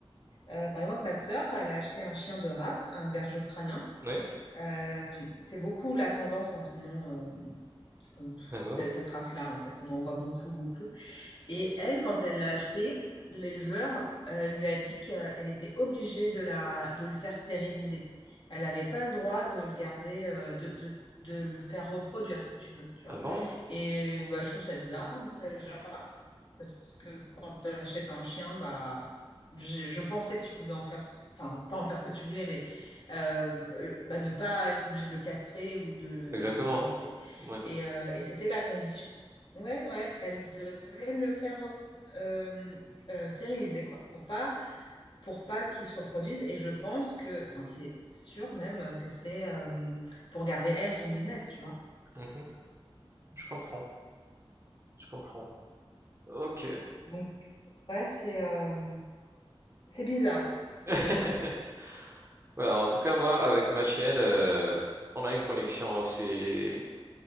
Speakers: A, on the left; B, on the right.
A: Euh, par exemple, ma sœur, elle a acheté un chien de race, un berger australien.
B: ouais,
A: Euh, c'est beaucoup la tendance en ce moment, euh, euh, pff,
B: ah bon,
A: c'est- cette race-là, en fait. On en voit beaucoup, beaucoup. Et elle, quand elle l'a acheté, l'éleveur euh, lui a dit qu'elle était obligée de, la, de le faire stériliser. Elle n'avait pas le droit de le garder, euh, de, de, de le faire reproduire, si tu veux, tu vois.
B: ah bon,
A: Et bah, je trouve ça bizarre, déjà. Parce que quand tu achètes un chien, bah, je, je pensais que tu pouvais en faire, ce- enfin, pas en faire ce que tu voulais, mais euh, le- bah, de ne pas être obligé de le castrer ou de,
B: exactement.
A: de le stériliser.
B: Ouais.
A: Et, euh, et c'était la condition. Ouais, ouais, elle devait le faire euh, euh, stériliser, quoi, pour pas, pour pas qu'il se reproduise. Et je pense que, enfin, c'est sûr même que c'est euh, pour garder, elle, son business, tu vois.
B: Mhm. Je comprends, je comprends. Ok.
A: Donc, ouais, c'est euh, c'est bizarre. C'est
B: <laughs>
A: bizarre.
B: Ouais, en tout cas, moi, avec ma chienne, euh, on a une connexion assez